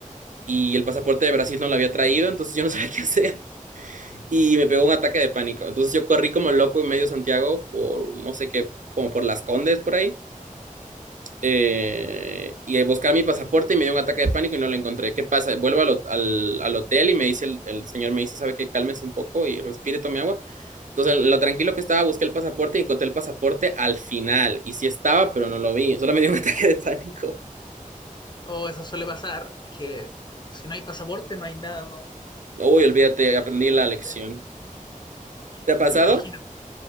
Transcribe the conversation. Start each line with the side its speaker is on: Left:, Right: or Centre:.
Right: Y el pasaporte de Brasil no lo había traído, entonces yo no sabía <laughs> qué hacer. Y me pegó un ataque de pánico. Entonces yo corrí como loco en medio Santiago por, no sé qué, como por Las Condes por ahí eh, y buscar mi pasaporte y me dio un ataque de pánico y no lo encontré. ¿Qué pasa? Vuelvo al, ho- al- al hotel y me dice el, el señor, me dice, ¿sabe qué? Cálmese un poco y respire, tome agua. Entonces, en lo tranquilo que estaba, busqué el pasaporte y encontré el pasaporte al final. Y sí estaba, pero no lo vi. Solo me dio un <laughs> ataque de pánico.
Left: O eso suele pasar, es que si no hay pasaporte no hay nada, uno,
Right: Uy, olvídate, aprendí la lección.
Left: eh,
Right: ¿Te ha
Left: <laughs>
Right: pasado?
Left: me imagino.